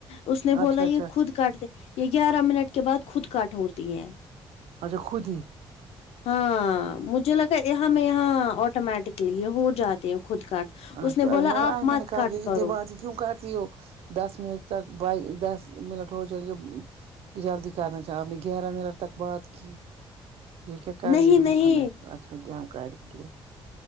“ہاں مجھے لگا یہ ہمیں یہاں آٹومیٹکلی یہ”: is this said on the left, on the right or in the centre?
Left